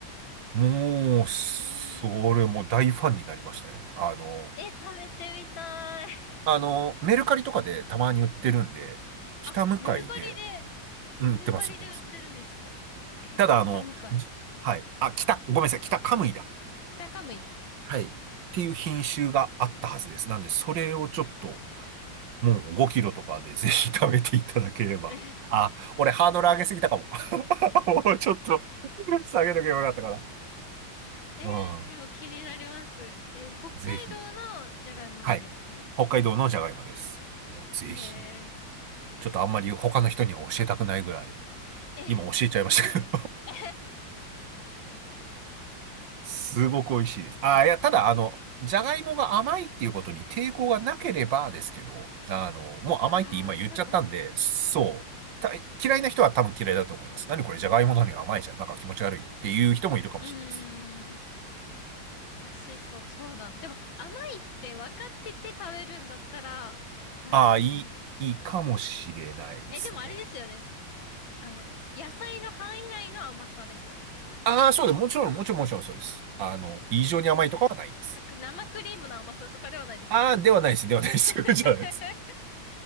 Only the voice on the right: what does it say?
もう、
それもう大ファンになりましたね。
あの、
あの、メルカリとかでたまに売ってるんで、北向かいで、
うん、
売ってます、売ってます。ただ、あの、じはい。あ、北、ごめんなさい、北カムイだ。っ
はい。っていう品種があったはずです。なんで、それをちょっと、もう5キロとかでぜひ食べていただければ。
あ、俺ハードル上げすぎたかも。<laughs> もうちょっと下げとけばよかったか
な。うん。
ぜひ。はい。北海道のじゃがいもです。もうぜひ。
ちょっとあんまり他の人には教えたくないぐらいの。
今教えちゃいましたけど
<laughs> すごく美味しいです。あー、いや、ただ、あの、じゃがいもが甘いっていうことに抵抗がなければですけど、あの、もう甘いって今言っちゃったんで、
そう。た嫌いな人は多分嫌いだと思います。何これ、じゃがいもなのに甘いじゃん。なんか気持ち悪いっていう人もいるかもしれないです。
ああ、いい、いいかもしれないですね。
ああ、そうです。もちろん、もちろん、もちろんそうです。あの、異常に甘いとかはないです。
ああ、ではないです。
ではないです。<laughs> じゃないです。